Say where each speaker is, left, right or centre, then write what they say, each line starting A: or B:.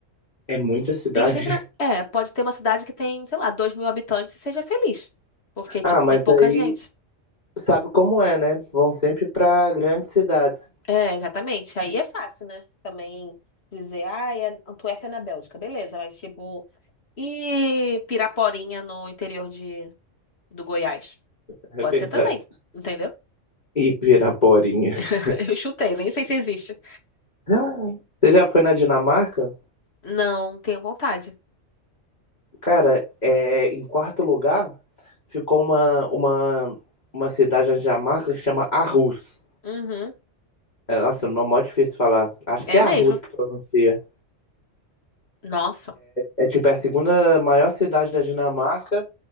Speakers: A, on the left (about 35°); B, on the left (about 55°).
A: É muita cidade.
B: Tem sempre,
A: <laughs>
B: um- é, pode ter uma cidade que tem, sei lá, dois mil habitantes e seja feliz, porque,
A: Ah,
B: tipo,
A: mas
B: tem pouca
A: aí
B: gente.
A: sabe como é, né? Vão sempre para grandes cidades.
B: É, exatamente. Aí é fácil, né? Também dizer, ah, é Antuérpia na Bélgica, beleza, mas tipo, e Piraporinha no interior de, do Goiás?
A: É
B: Pode
A: verdade.
B: ser também, entendeu?
A: E Piraporinha.
B: <laughs> Eu chutei, nem sei se existe.
A: Ah, Você já foi na Dinamarca?
B: Não, tenho vontade.
A: Cara, é, em quarto lugar ficou uma, uma, uma cidade na Dinamarca que chama Aarhus.
B: Uhum,
A: É, nossa, o nome é mó difícil de falar. Acho
B: é
A: que é
B: mesmo.
A: Aarhus que pronuncia.
B: Nossa.
A: É tipo, é a segunda maior cidade da Dinamarca